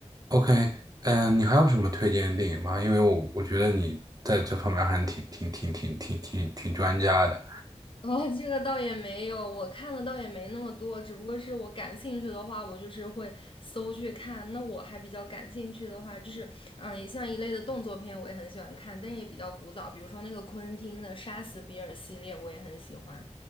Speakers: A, on the right; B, on the left.
A: OK，嗯、你还有什么推荐的电影吗？因为我我觉得你在这方面还挺挺挺挺挺挺挺专家的。
B: <laughs> 哦，这个倒也没有，我看的倒也没那么多，只不过是我感兴趣的话，我就是会搜去看。那我还比较感兴趣的话，就是嗯，也像一类的动作片，我也很喜欢看，但是也比较古早，比如说那个昆汀的《杀死比尔》系列，我也很喜欢。